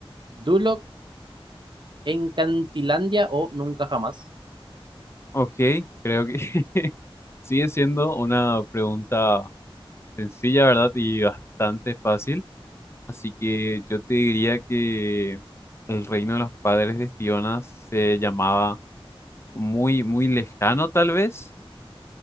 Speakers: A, on the right (about 50°); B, on the left (about 25°).
A: Duloc, Encantilandia o nunca jamás.
B: Ok, creo que <laughs> sigue siendo una pregunta sencilla, ¿verdad? Y bastante fácil. Así que yo te diría que el reino de los padres de Fiona se llamaba muy, muy lejano, tal vez.